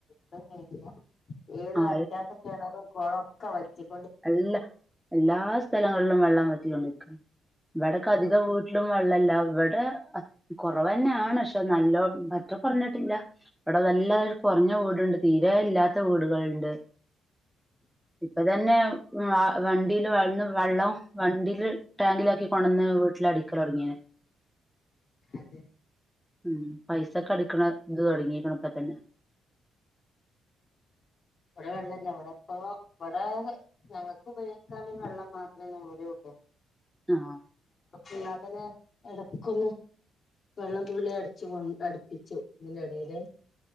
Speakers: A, on the left; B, in the centre.
A: <unintelligible> ഏത്
B: ആ
A: വറ്റാത്ത കെണറും കൊളും ക്കെ വറ്റും
B: എല്ലാ എല്ലാ സ്ഥലങ്ങളിലും വെള്ളം വറ്റിക്കൊണ്ടിരിക്ക ഇവിടൊക്കെ അധികം
A: ആഹ്
B: വീട്ടിലും വെള്ളല്ല ഇവിടെ കുറവെന്നാണ് പക്ഷെ നല്ലോ പറ്റ കൊറഞ്ഞിട്ടില്ല ഇവിടെ നല്ല കുറഞ്ഞ വോടുണ്ട് തീരെ ഇല്ലാത്ത വീടുകൾണ്ട് ഇപ്പൊ തന്നെ ആ വണ്ടിൽ വെള്ളം വെള്ളം വണ്ടിയില് ടാങ്കിലാക്കി കൊണ്ടന്ന് വീട്ടിലടിക്കലൊടങ്ങീണ്
A: അതെ
B: ഉം പൈസക്കടിക്ണ ഇത് തൊടങ്ങിക്ണ് ഇപ്പ തന്നെ
A: ഇവിടെ വെള്ളല്ല ഇവിടെപ്പ ഇവിടെ ഞങ്ങൾക്ക് ഉപയോഗിക്കാനുള്ള വെള്ളം മാത്രം ഞങ്ങളടെ ഉള്ളൂ
B: ആ
A: ഇന്നാ പിന്നെ എടക്കൊന്ന് വെള്ളം തുള്ളി അടിച്ചു കൊണ്ട് അടുപ്പിച്ചു ഇതിന്റെ എടേല്